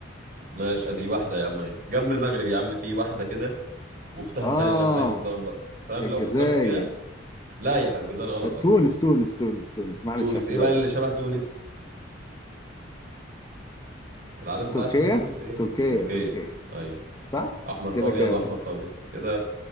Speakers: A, on the right; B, on the left.
A: ماشي ادي واحده يا عم اهي. جنب المغرب يا عم في واحده كده واختها
B: اه
A: التانية الناس دايما بتلخبط فاهم
B: الجزائر
A: لو فكرت فيها لا يا حبيبي الجزائر غلط
B: آه،
A: طبعا
B: تونس تونس تونس تونس معلش
A: تونس
B: احسبها
A: ايه بقى اللي
B: لي
A: شبه تونس العالم بتاعها
B: تركيا
A: شبه تونس ايه
B: تركيا
A: تركيا
B: تركيا
A: ايوه
B: صح
A: احمر
B: كده
A: في ابيض
B: كام
A: واحمر في ابيض كده